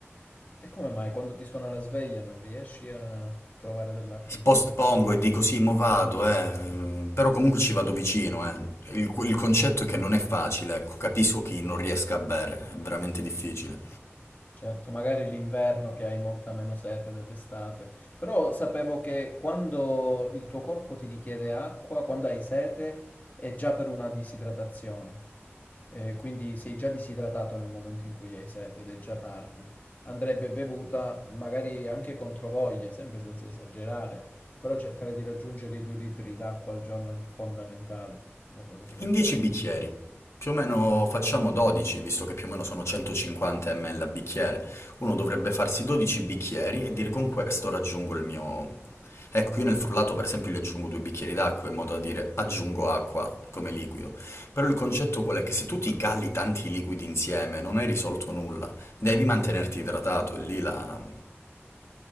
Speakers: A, on the left; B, on the left.
A: E come mai quando ti suona la sveglia non riesci a trovare dell'acqua intorno
B: Postpongo
A: a te?
B: e dico sì, mo vado, eh. Però comunque ci vado vicino, eh. Il, il concetto è che non è facile, ecco, capisco chi non riesca a bere, è veramente difficile.
A: Certo, magari l'inverno che hai molta meno sete dell'estate, però sapevo che quando il tuo corpo ti richiede acqua, quando hai sete, è già per una disidratazione. Eh, quindi sei già disidratato nel momento in cui hai sete ed è già tardi. Andrebbe bevuta magari anche contro voglia, sempre senza esagerare, però cercare di raggiungere i due litri d'acqua al giorno è fondamentale, da quello che leggevo.
B: In 10 bicchieri, più o meno facciamo 12, visto che più o meno sono 150 ml a bicchiere. Uno dovrebbe farsi 12 bicchieri e dire con questo raggiungo il mio... Ecco, io nel frullato per esempio gli aggiungo due bicchieri d'acqua in modo da dire aggiungo acqua come liquido. Però il concetto qual è? Che se tu ti cali tanti liquidi insieme non hai risolto nulla, devi mantenerti idratato, è lì, la-